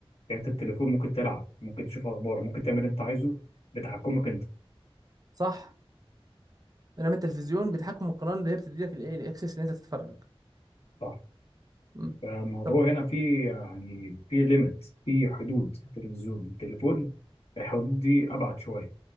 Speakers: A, on the left; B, on the right.
A: يعني انت التليفون ممكن تلعب ممكن تشوف اخبار ممكن تعمل اللي انت عايزه بتحكمك انت
B: صح لما التلفزيون بتحكم القناه اللي هي بتديلك الايه الاكسس اللي انت تتفرج
A: صح
B: امم
A: فالموضوع
B: طب
A: هنا فيه يعني فيه ليميت فيه حدود في التلفزيون التليفون الحدود دي ابعد شويه